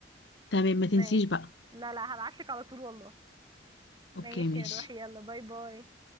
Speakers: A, on the left; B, on the right.
A: تمام ما
B: ماشي
A: تنسيش بقى
B: لا لا هبعتلك على طول والله ماشي
A: اوكي ماشي
B: يا روحي يلا باي باي